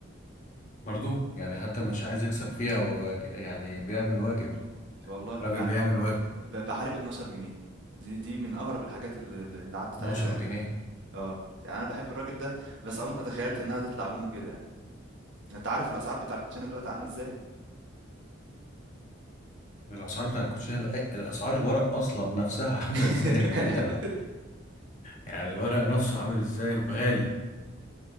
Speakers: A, on the left; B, on the right.
A: برضو يعني حتى مش عايز يكسب فيها هو بقى- يعني بيعمل واجب
B: والله
A: راجل
B: يعني
A: بيعمل واجب
B: ب باع عليه ب12 جنيه، دي دي من أغرب الحاجات ال ال اللي عدّت
A: 12
B: عليّا أنا
A: جنيه
B: آه، يعني أنا باحب الراجل ده، بس عمري ما تخيّلت إنها تطلع منّه كده يعني، أنت عارف الأسعار بتاع الكوتشينة دلوقتي عاملة إزاي.
A: الاسعار بتاع الكوتشيه ده- أي- الاسعار الورق اصلا نفسها <laughs> عامله
B: <laughs>
A: ازاي بعيدا عن يعني الورق نفسه عامل ازاي وغالي